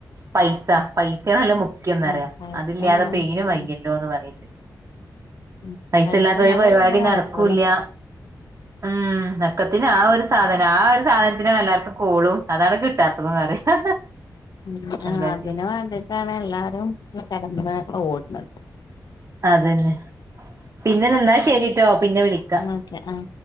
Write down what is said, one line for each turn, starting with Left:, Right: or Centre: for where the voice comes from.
Right: പൈസ പൈസയാണല്ല മുക്കന്നറിയ
Left: ആഹ് കഴിക്കാൻ
Right: അതില്ലാതെ
Left: വേണം
Right: പെയിനും വയ്യല്ലോ
Left: ഉം
Right: എന്ന് പറയണ്ട്
Left: ഉം
Right: പൈസ
Left: പൈസല്ലാതെ
Right: ഇല്ലാത്തൊരു പരിപാടി
Left: പിന്നെ നടക്കൂല
Right: നടക്കൂല്ല ഉം ഒക്കെ ത്തിന് ആ ഒരു സാധനം ആ ഒരു സാധനത്തിനാണ് എല്ലാവർക്കും കോളും അതാണ് കിട്ടാത്തത് പറയാ
Left: ഉ
Right: എന്താ
Left: അതിനന്
Right: ചെയ്യ
Left: വേണ്ടിട്ടാണ് എല്ലാരും കടന്ന് ഓടുന്നത്
Right: അതന്നെ പിന്നെ നിന്നാ ശരിട്ടോ പിന്നെ വിളിക്കാം
Left: ഓക്കെ ആഹ